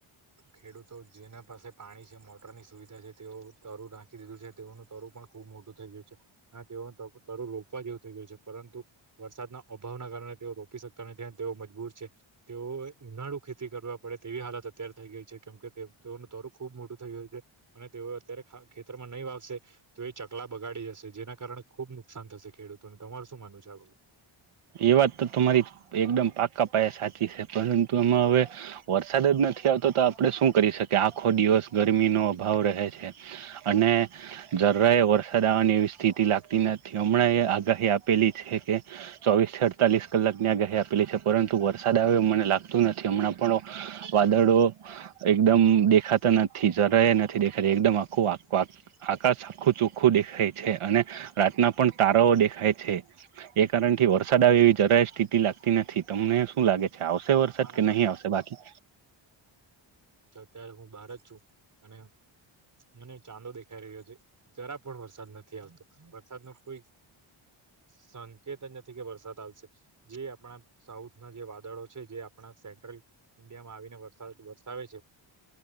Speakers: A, on the right; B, on the right.
A: ખેડૂતો જેના પાસે પાણી છે, મોટરની સુવિધા છે, તેઓ <unintelligible> ઢાખકી દીધું છે, તેઓનું તરું પણ ખુબ મોટું થઈ ગયું છે, અને તેઓ તરું રોપવા જેવું થઈ ગયું છે, પરંતુ વરસાદના અભાવના કારણે તેઓ રોપી શકતા નથી અને તેઓ મજબૂર છે. તેઓ <unintelligible> ખેતી કરવા પડે તેવી હાલત <unintelligible> થઈ ગઈ છે, કેમ કે તેઓનું તરું ખુબ મોટું થઈ <unintelligible> અને તેઓ અત્યારે ખેતરમાં નહીં વાશે તો એ ચકલા બગાડી જશે જેના કારણે ખુબ <unintelligible> <unintelligible> થશે ખેડૂતોને તમાર શું માનવું છે, <unintelligible>
B: એ વાત તો તમારી એકદમ <unintelligible> પાયા સાચી છે, પરંતુ એમાં હવે વરસાદ જ નથી આવતો તો આપણે શું કરી શકીએ આખો દિવસ ગરમીનોો અભાવ રહે છે, અને <unintelligible> વરસાદ આવવાની એવી સ્થિતિ લાગતી નથી હમણાં એ આગાહી આપેલી છે, કે ચોવીસથી અડતાલીસ કલાકની આગાહી આપેલી છે, પરંતુ વરસાદ <unintelligible> મને લાગતું નથી <unintelligible> પણ. વાદળો એકદમ દેખાતા નથી જરા નથી દેખાતી એકદમ આખું આ આખું ચોખ્ખું દેખાય છે, અને રાતના પણ તારાઓ દેખાય છે, એ કારણે. થી વરસાદ આવે એવી જરાય સ્થિતિ લાગતી નથી તમને શું લાગે. આવશે વરસાદ
A: અમારા
B: કે નહી
A: ગામમાં
B: આવશે બાકી.
A: ત્યારે હું બહાર જ છું, અને મને ચાંદો દેખાઈ રહ્યો છે. <unintelligible> પણ વરસાદ નથી આવતો વરસાદ ન કોઈ. સંકેત નથી કે વરસાદ આવશે જે આપણા સાઉથ ના જે વાદળો છે, જે પણ સેન્ટ્રલ ઇન્ડિયામાં આવીને વરસાદ વરસાવે છે,